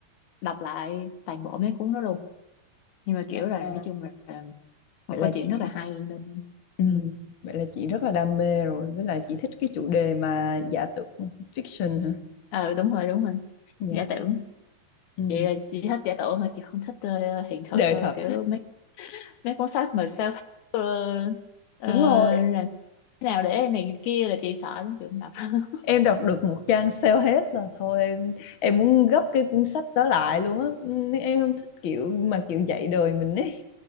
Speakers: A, on the left; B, on the left.
A: đọc lại toàn bộ mấy cuốn đó luôn nhưng mà kiểu
B: À,
A: là
B: à,
A: nói chung là một
B: vậy là
A: câu chuyện
B: chị
A: rất là hay nên
B: ừm,
A: ừ
B: vậy là chị rất là đam mê rồi, với lại chị thích cái chủ đề mà giả tưởng fiction hả?
A: ờ đúng rồi đúng rồi
B: Dạ.
A: giả tưởng
B: Ừ.
A: chị là chị thích giả tưởng thôi chị không thích ờ, hiện thực
B: Đời
A: đâu
B: thật.
A: kiểu mấy cuốn sách mà self ờ, ờ,
B: Đúng rồi,
A: là thế nào để này kia là chị sợ lắm chị không đọc <laughs>
B: em đọc được một trang sale hết là thôi em em muốn gấp cái cuốn sách đó lại luôn á. Ừ, Em không thích kiểu mà kiểu dạy đời mình ấy.